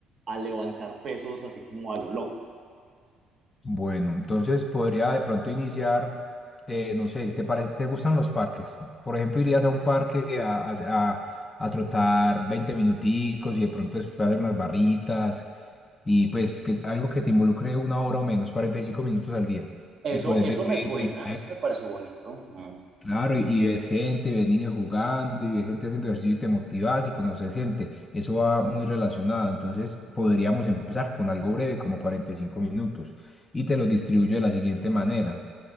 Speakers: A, on the right; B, on the left.
A: a levantar pesos así como a lo loco.
B: Bueno, entonces podría de pronto iniciar, eh, no sé, ¿te pare- te gustan los parques? Por ejemplo, irías a un parque a, a, a- a trotar 20 minuticos y de pronto después hacer unas barritas y pues que, algo que te involucre una hora o menos, 45 minutos al día.
A: Eso,
B: Y puedes
A: eso
B: ver
A: me
B: gente,
A: suena, eso me parece bonito. Mm.
B: Claro, y, y ves gente, ves niños jugando y ves gente haciendo ejercicio y te motivas y conoces gente. Eso va muy relacionado. Entonces podríamos empezar con algo breve como 45 minutos y te lo distribuyo de la siguiente manera.